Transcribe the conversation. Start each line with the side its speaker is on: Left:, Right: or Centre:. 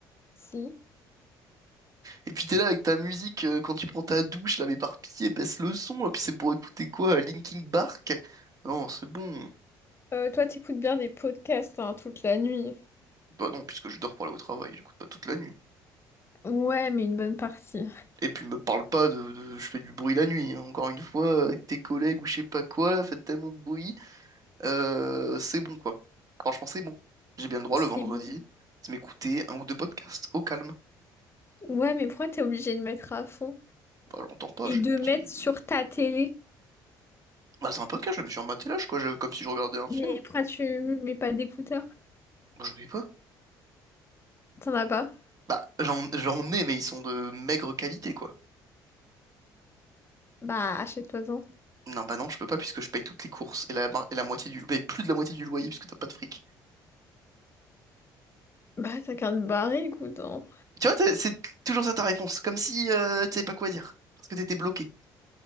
Left: Si.
Right: Et puis t'es là avec ta musique euh, quand tu prends ta douche, là, mais par pitié, baisse le son. Et puis c'est pour écouter quoi? euh, Linkin Park? Non, c'est bon.
Left: Euh, toi, t'écoutes bien des podcasts hein, toute la nuit.
Right: Bah non, puisque je dors pour aller au travail, j'écoute pas toute la nuit.
Left: Ouais, mais une bonne partie.
Right: Et puis me parle pas de, de- je fais du bruit la nuit. hein. Encore une fois, avec tes collègues ou je sais pas quoi, là, faites tellement de bruit. Euh, c'est bon, quoi. Franchement, c'est bon. J'ai bien le droit
Left: C'est
Right: le vendredi
Left: bon.
Right: de m'écouter un ou deux podcasts au calme.
Left: Ouais, mais pourquoi t'es obligé de mettre à fond?
Right: Bah j'entends pas,
Left: Et
Right: j'ai
Left: de
Right: des petits.
Left: mettre sur ta télé.
Right: Bah c'est un podcast, je me suis en matelas, quoi, je- comme si je regardais un
Left: Mais
Right: film.
Left: pourquoi tu mets pas d'écouteurs?
Right: Bah j'oublie pas.
Left: T'en as pas?
Right: Bah, j'en, j'en ai, mais ils sont de maigre qualité, quoi.
Left: Bah, achète-toi-en.
Right: Non, bah non, je peux pas puisque je paye toutes les courses et la, et la moitié du, mais plus de la moitié du loyer puisque t'as pas de fric.
Left: Bah, t'as qu'à te barrer, écoute, hein.
Right: Tu vois, t'as- c'est toujours ça ta réponse, comme si euh, tu savais pas quoi dire, parce que t'étais bloqué.